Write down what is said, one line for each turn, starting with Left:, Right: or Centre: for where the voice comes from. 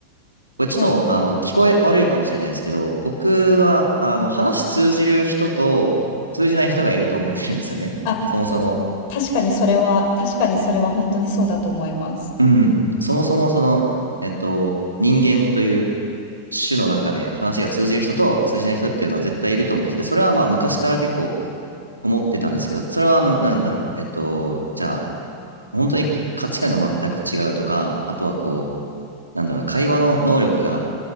Right: これちょっと、
Left: はい。
Right: あの、聞こえ悪いかもしれないですけど、僕は、あの、話通じる人と通じない人がいると思ってるんですよね。
Left: あ、
Right: そもそも。
Left: 確かにそれは、確かにそれは本当にそうだと思います。
Right: うん。そもそも、その、えっと、人間という種の中で話が通じる人と通じない人っていうのは絶対いると思ってて、それはまあ昔から結構思ってたんですけど、それはあの、なんだろう。えっと、じゃあ、本当に価値観が全く違うとか、あとはこう、なんだろうな、会話の能力が、